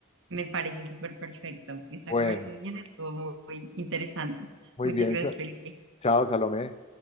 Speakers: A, on the right (about 60°); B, on the left (about 30°).
A: Me parece súper perfecto. Esta
B: Bueno,
A: conversación estuvo muy muy interesante.
B: muy
A: Muchas
B: bien.
A: gracias,
B: Sa-
A: Felipe.
B: Chao, Salomé.